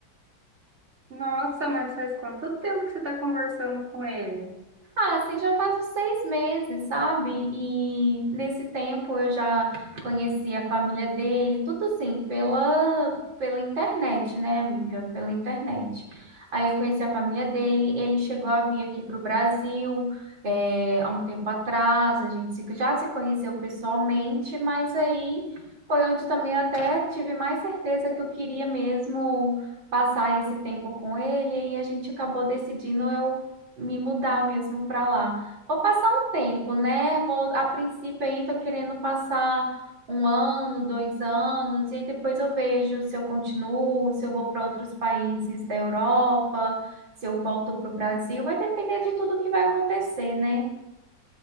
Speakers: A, on the right (about 35°); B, on the right (about 80°).
A: Nossa, mas faz quanto tempo que você está conversando com ele?
B: Ah, assim, já faz uns seis meses, sabe? E nesse tempo eu já conheci a família dele, tudo assim, pela, pela internet, né, amiga? Pela internet. Aí eu conheci a família dele, ele chegou a vir aqui para o Brasil, é, há um tempo atrás, a gente se- já se conheceu pessoalmente, mas aí foi onde também eu até tive mais certeza que eu queria mesmo passar esse tempo com ele, e a gente acabou decidindo eu me mudar mesmo para lá. Vou passar um tempo, né? Vou, a princípio aí tô querendo passar um ano, dois anos, e aí depois eu vejo se eu continuo, se eu vou para outros países da Europa, se eu volto para o Brasil. Vai depender de tudo que vai acontecer, né?